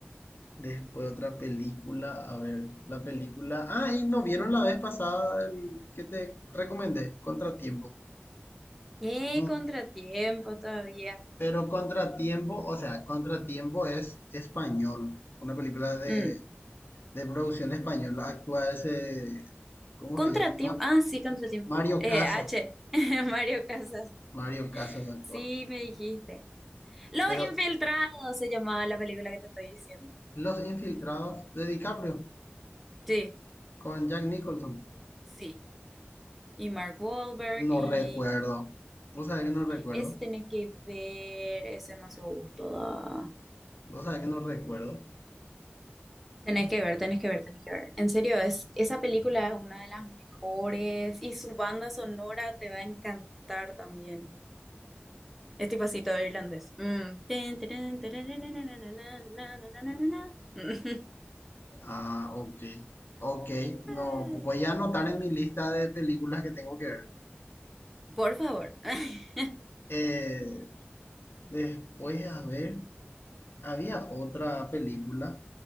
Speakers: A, on the left; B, in the centre.
A: Después otra película, a ver, la película. Ah, y no vieron la vez pasada el que te recomendé, Contratiempo.
B: ¡Eh,
A: No.
B: contratiempo todavía!
A: Pero Contratiempo, o sea, Contratiempo es español, una película de,
B: Mm.
A: de producción española. Actúa ese, ¿cómo
B: Contratiempo,
A: se llama? Ma-
B: ah, sí, contratiempo.
A: Mario
B: Eh,
A: Casas.
B: H, <laughs> Mario Casas.
A: Mario Casas actúa.
B: Sí, me dijiste. Los
A: Pero
B: Infiltrados se llamaba la película que te estoy diciendo.
A: Los Infiltrados de DiCaprio
B: Sí,
A: con Jack Nicholson.
B: sí. Y Mark Wahlberg,
A: No
B: y
A: recuerdo. ¿Vos sabés que no recuerdo?
B: ese tenés que ver, ese demasiado gusto da.
A: ¿Vos sabés que no recuerdo?
B: Tenés que ver, tenés que ver, tenés que ver. En serio, es, esa película es una de las mejores y su banda sonora te va a encantar también. Es tipo así todo irlandés. Mm. Tin, tirin, tararararararararararararararararara. <laughs>
A: Ah, ok. Ok,
B: Ay,
A: no, voy a anotar en mi lista de películas que tengo que ver.
B: Por favor. <laughs>
A: Eh, después, a ver. Había otra película